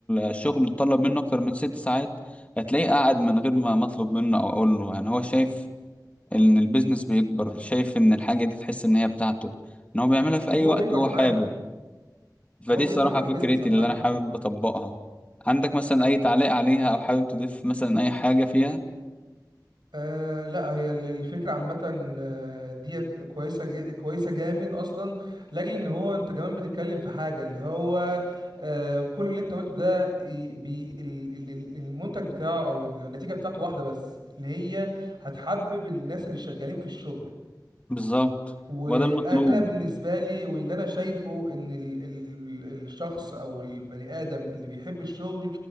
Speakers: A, on the left; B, on the right.
A: الشغل طلب منه اكتر من ست ساعات هتلاقيه قاعد من غير ما مطلوب منه او اقول له يعني هو شايف ان البيزنس بيكبر شايف ان الحاجة دي تحس ان هي بتاعته ان هو بيعملها في
B: هو
A: اي وقت
B: بيكبر
A: هو
B: معاها
A: حابب فدي
B: هو بيكبر
A: الصراحة
B: مع البيزنس
A: فكرتي
B: عامة
A: اللي أنا حابب
B: آه.
A: أطبقها عندك مثلا أي تعليق عليها أو حابب تضيف مثلا أي حاجة فيها
B: آه لا هي ال- الفكرة عامة آه، ديت كويسة جي كويسة جامد أصلا لأجل إن هو أنت كمان بتتكلم في حاجة اللي هو آه كل اللي أنت قلته ده ي- بي ال- ال- ال- المنتج بتاعه أو النتيجة بتاعته واحدة بس اللي هي هتحبب الناس اللي شغالين في الشغل
A: بالظبط
B: وانا
A: وده المطلوب
B: بالنسبه لي واللي انا شايفه ان ال ال الشخص او البني ادم اللي بيحب الشغل